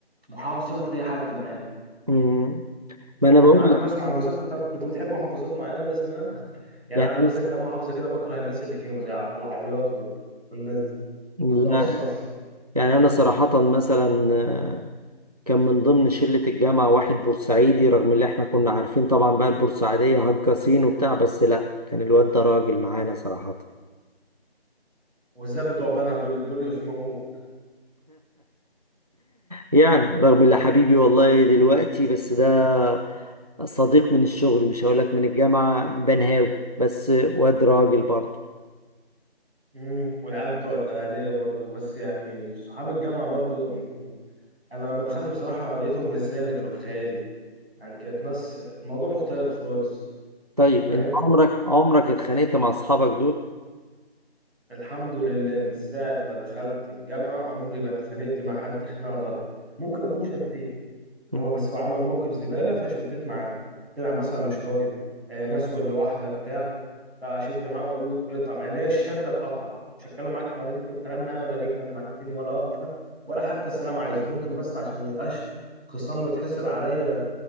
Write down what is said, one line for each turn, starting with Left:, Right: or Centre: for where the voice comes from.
Centre: محافظة تلاقي حد معاك
Right: امم
Centre: أنت
Right: ما انا
Centre: كان
Right: بقول
Centre: معاك
Right: لك
Centre: ناس محافظات طب كنت بتحب محافظات معينة ناس منها؟ <laughs> يعني
Right: يعني
Centre: عندي
Right: مث-
Centre: مثلا كام محافظة كده بكره الناس اللي فيهم زي العياط و... والناس
Right: لا
Centre: وبتوع الصف
Right: يعني انا صراحه مثلا آه، كان من ضمن شله الجامعه واحد بورسعيدي رغم اللي احنا كنا عارفين طبعا بقى البورسعيديه هجاصين وبتاع بس لا كان الواد ده راجل معانا صراحه
Centre: والذات بتوع بنها دول دول يخنقوك
Right: يعني رغم اللي حبيبي والله دلوقتي بس ده صديق من الشغل مش هقول لك من الجامعه بنهاوي بس واد راجل برضه
Centre: امم والعيال بتوع الدهلية برضو بس يعني صحاب الجامعة برضو مم. أنا لما دخلت بصراحة لقيتهم مش زي اللي كانوا في خيالي يعني كانت ناس موضوع مختلف خالص
Right: طيب
Centre: فاهم
Right: انت عمرك عمرك اتخانقت مع اصحابك دول
Centre: الحمد لله من ساعة ما دخلت الجامعة عمري ما اتخانقت مع حد خناقة ضرب ممكن أكون شديت اللي
Right: مم.
Centre: هو بس هو عمل موقف زبالة فشديت معاه طلع مثلا مش راجل آه ناس ولا واحدة بتاع لا أشد معاه وأقول له اقطع معايا ليه الشدة بقطع مش هتكلم معاك ولا ليك كلام معايا ولا ليه كلام معاك تاني ولا واقفة ولا حتى السلام عايزه ممكن بس عشان ما يبقاش خصام ويتحسب عليا